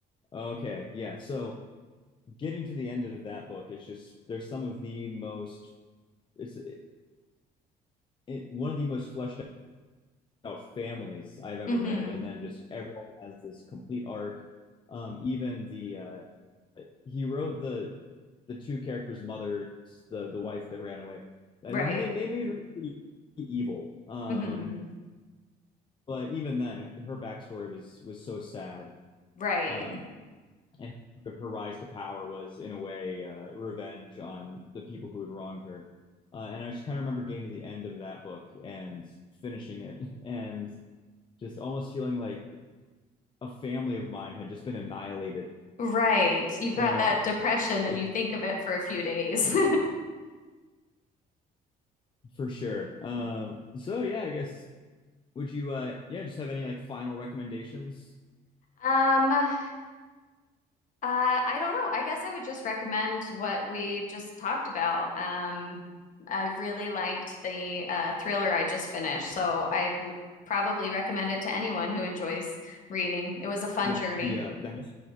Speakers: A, on the left; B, on the left.
A: Okay, yeah. So getting to the end of that book is just there's some of the most it's it, it, one of the most fleshed out families I've ever
B: hmm
A: read, and then just everyone has this complete arc. Um, even the uh, he wrote the the two characters' mother, the the wife that ran away. I
B: Right.
A: mean, they they made her pretty evil. Um,
B: hmm
A: but even then, her backstory was was so sad.
B: Right.
A: Um, and sort of her rise to power was, in a way, uh, revenge on the people who had wronged her. Uh, and I just kind of remember getting to the end of that book and finishing it, <laughs> and just almost feeling like a family of mine had just been annihilated.
B: Right. You've
A: Um,
B: got that depression, and
A: like
B: you think of it for a few days.
A: for sure. Um,
B: <laughs>
A: so yeah, I guess would you uh yeah, just have any like final recommendations?
B: Um, Uh, I don't know. I guess I would just recommend what we just talked about. Um, I really liked the uh, thriller I just finished, so I would probably recommend it to anyone who enjoys reading. It was a fun
A: Yeah,
B: journey.
A: the uh the house